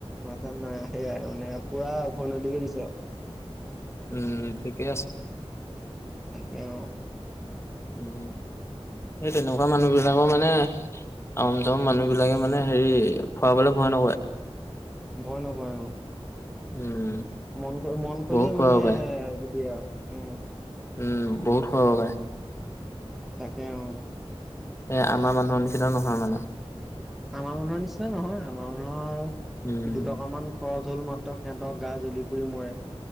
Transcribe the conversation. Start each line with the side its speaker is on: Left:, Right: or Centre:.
Centre: মাজান নাই সেয়াই মানে পুৰা উভয়নদীকে দিছে আৰু
Left: উম, ঠিকেই আছে
Centre: তাকে অ'।
Left: উম, সেই তেনেকুৱা মানুহ বিলাকৰ মানে উম চম মানুহ বিলাকে মানে হেৰি, খোৱাবলে ভয় নকৰে।
Centre: ভয় নকৰে অ'।
Left: উম।
Centre: মন খ মন খুলি
Left: বহুত খুৱাব
Centre: মানে
Left: পাৰে
Centre: দিয়ে আৰু, উম।
Left: উম, বহুত খোৱা পায়।
Centre: তাকে অ'।
Left: এ, আমাৰ মানুহৰ নিচিনা নহয়, মানে।
Centre: আমাৰ মানুহৰ নিচিনা নহয়, আমাৰ মানুহৰ আৰু
Left: উম
Centre: দুটকামান খৰচ হল মাত্ৰ সিহঁতৰ গা জ্বলি পুৰি মৰে।